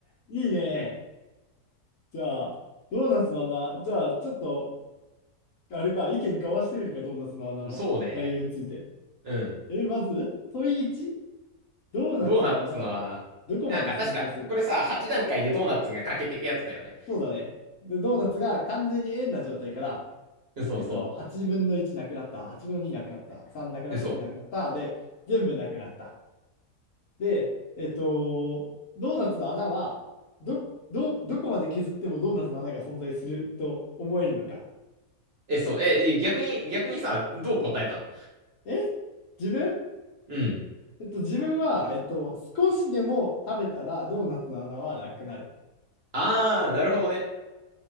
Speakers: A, on the left; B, on the right.
A: いいね。じゃあ、ドーナツの穴。じゃあ、ちょっと、あれか、意見交わしてみるか、ドーナツの穴の内容について。
B: そうね。うん。
A: え、まず、問い1、ドーナツの穴はどこまで存在するか。
B: ドーナツの穴。なんか、確か、これさ、8段階でドーナツが欠けてくやつだよね。
A: そうだね。で、ドーナツが完全に円な状態から、
B: そうそ
A: えっと、8分の1なくなった、8分の2なくなった、3なくなった、
B: う。え、そう。
A: 4なくなった、で、全部なくなった。で、えっと、ドーナツの穴は、ど、ど、どこまで削ってもドーナツの穴が存在すると思えるのか。
B: え、そう。え、逆に、逆にさ、どう答えたの
A: え自分
B: うん。
A: えっと、自分は、えっと、少しでも食べたらドーナツの穴はなくなる。
B: あー、なるほどね。